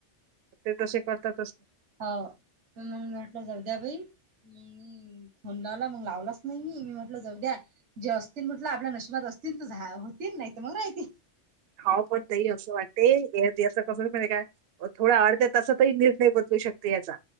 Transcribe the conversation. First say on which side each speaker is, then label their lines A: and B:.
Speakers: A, on the right; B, on the right.
A: ते तसे करतात तसं
B: हाव मी मग मी म्हटलं जाऊ द्या बाई हं अं फोन लावला मग लावलाच नाही मी म्ह म्हटलं जाऊ द्या जेवा असतील म्हटलं आपल्या नशिबात असतील तर जा होतील नाहीत मग राहितील.
A: हाव पण ताई असं वाटते याच कसं आहे माहितीये काय? मग थोडा अर्ध्या तासातही निर्णय बदलू शकते याचा.